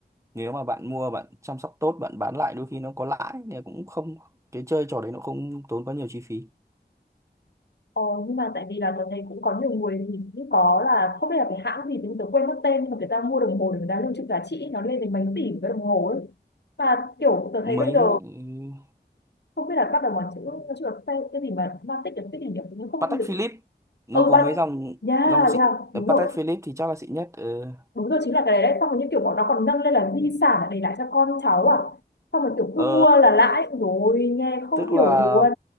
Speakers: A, on the right (about 15°); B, on the left (about 80°).
A: nếu mà bạn mua bạn chăm sóc tốt bạn bán lại đôi khi nó có lãi thì cũng không cái chơi trò đấy nó không tốn quá nhiều chi phí
B: Ờ, nhưng mà tại vì là tớ thấy cũng có nhiều người thì cũng có là không biết là cái hãng gì thì tớ quên mất tên mà người ta mua đồng hồ để người ta lưu trữ giá trị nó lên đến mấy tỷ cái đồng hồ ấy và kiểu tớ
A: mấy
B: thấy bây giờ
A: ừ,
B: không biết là bắt đầu bằng chữ nó chữ là cái, cái gì mà ma tích là tích hình kiểu cũng không
A: Patek
B: được
A: Philippe nó
B: ừ
A: có
B: bạn
A: mấy dòng
B: yeah
A: dòng xịn
B: yeah
A: Ờ,
B: đúng rồi
A: Patek Philippe thì chắc là xịn nhất ờ
B: đúng rồi chính là cái đấy đấy xong rồi như kiểu bọn nó còn nâng lên là di sản là để lại cho con cháu à xong rồi kiểu
A: Ờ,
B: cứ mua là lãi rồi nghe không
A: tức
B: hiểu
A: là
B: gì luôn